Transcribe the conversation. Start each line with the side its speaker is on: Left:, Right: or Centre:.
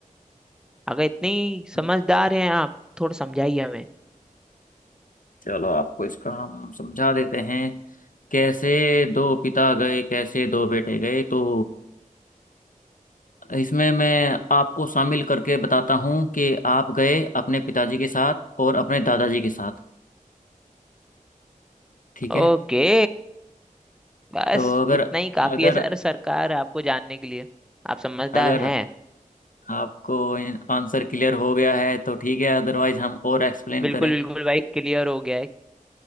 Centre: अगर इतने ही
Left: हम्म,
Centre: समझदार हैं आप थोड़ा समझाइए हमें
Left: चलो आपको इसका हम समझा देते हैं कैसे दो पिता गए कैसे दो बेटे गए तो इसमें मैं आपको शामिल करके बताता हूँ कि आप गए अपने पिताजी के साथ और अपने दादाजी के साथ ठीक है
Centre: ओके बस
Left: तो अगर
Centre: इतना ही काफी
Left: अगर
Centre: है सर सरकार आपको जानने के लिए आप समझदार
Left: अगर
Centre: हैं
Left: आपको आंसर क्लियर हो गया है तो ठीक है अदरवाइज हम और एक्सप्लेन
Centre: बिल्कुल
Left: करें
Centre: बिल्कुल भाई क्लियर हो गया है